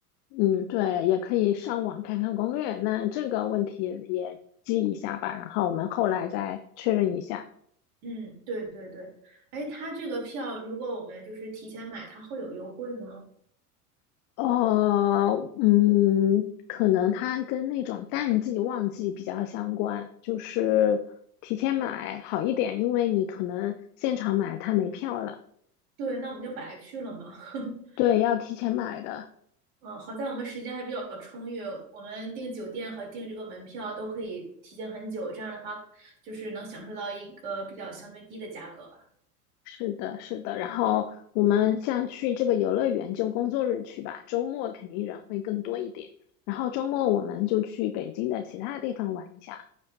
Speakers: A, on the left; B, on the right.
A: 嗯，对，也可以上网看看攻略，那这个问题也记一下吧，然后我们后来再确认一下。
B: 嗯，对对对。哎，它这个票如果我们就是提前买，它会有优惠吗？
A: 呃，嗯，可能它跟那种淡季旺季比较相关，就是提前买好一点，因为你可能现场买它没票了。
B: 对，那我们就白去了嘛。<laughs>
A: 对，要提前买的。
B: 嗯，好在我们时间还比较充裕，我们订酒店和订这个门票都可以提前很久，这样的话就是能享受到一个比较相对低的价格吧。
A: 是的，是的。然后我们像去这个游乐园就工作日去吧，周末肯定人会更多一点。然后周末我们就去北京的其他地方玩一下。